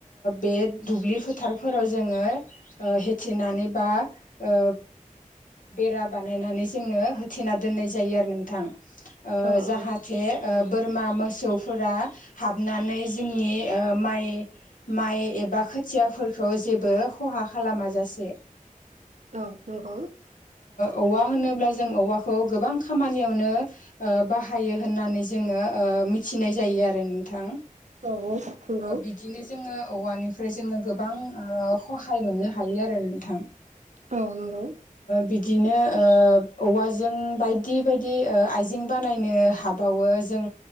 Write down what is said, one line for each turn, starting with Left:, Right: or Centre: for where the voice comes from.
Left: बे दुब्लि फोथारफोराव जोङो होेथिनानै बा ओ बेरा बानायनानै जोङो होथेना दोननाय जायो आरो नोंथां ओ
Right: औ
Left: जाहाथे बोरमा मोसौफोरा हाबनानै जोंनि माइ माइ एबा खोथियाफोरखौ जेबो खहा खालामाजासे
Right: औ नंगौ
Left: औवा होनोब्ला जों औवाखौ गोबां खामानियावनो बाहायो होननानै जोङो ओ मिथिनाय जायो आरो नोंथां
Right: औ नंगौ
Left: ओ बिदिनो जोङो औवानिफ्राय जोङो गोबां खहाय मोननो हायो आरो नोंथां।
Right: औ नंगौ
Left: बिदिनो ओ औवाजों बायदि बायदि आइजें बानायनो हाब बावो जों